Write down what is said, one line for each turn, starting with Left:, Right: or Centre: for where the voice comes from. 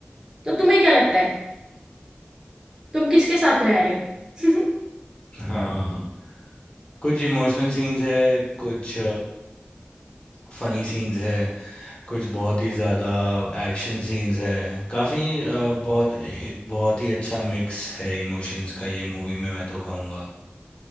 Right: तो तुम्हें क्या लगता है तुम किसके साथ रह रहे हो <laughs>
Left: हाँ कुछ इमोशनल सीन्स है कुछ फनी सीन्स है कुछ बहुत ही ज़्यादा एक्शन सीन्स है काफ़ी अ, बहुत एक बहुत ही अच्छा मिक्स है इमोशंस का ये मूवी में मैं तो कहूँगा